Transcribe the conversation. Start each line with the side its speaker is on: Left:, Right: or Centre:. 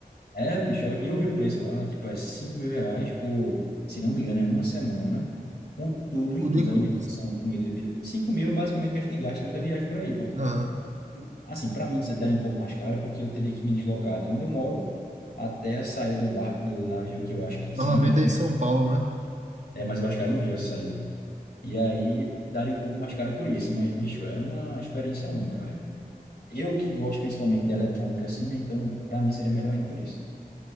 Left: É, bicho, e eu, vi o preço lá, tipo, é cinco mil reais por, se não me engano, é uma semana, com tudo
Right: Tudo
Left: incluso,
Right: incluso.
Left: alimentação,
Right: né?
Left: comida e bebida. cinco mil é basicamente o que a gente gasta em outra viagem por aí, pô.
Right: Aham.
Left: Assim, para mim isso daria um pouco mais caro, porque eu teria que me deslocar de onde eu moro até a saída do bar, do navio, que eu acho que,
Right: Normalmente
Left: se não me engano,
Right: é em São Paulo, né?
Left: é mais mais cara no Rio essa saída. E aí daria um pouco mais caro por isso, mas, bicho, é uma experiência única, velho. Eu que gosto principalmente de eletrônica, assim, né? Então, para mim seria melhor ainda por isso.